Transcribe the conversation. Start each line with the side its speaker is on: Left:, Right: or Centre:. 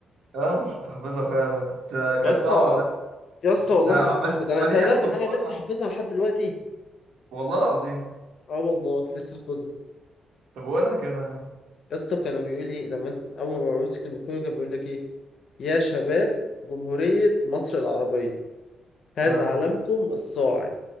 Right: اه مش كنت حافظها فعلا انا كنت كانت
Left: يا اسطى
Right: صعبة عليا
Left: يا اسطى والله
Right: يعني
Left: كانت
Right: عمالين
Left: سهله ده أنا- انت
Right: عمالين
Left: هتعرف
Right: يحفظوها
Left: ان انا لسه
Right: لي.
Left: حافظها لحد دلوقتي
Right: والله العظيم
Left: اه والله لسه حافظها
Right: طب ولا كده يا عم
Left: يا اسطى كانوا بيقول لي لما انت اول ما بمسك الميكروفون كان بيقول لك ايه يا شباب جمهورية مصر العربية هذا
Right: اه
Left: علمكم الصاعد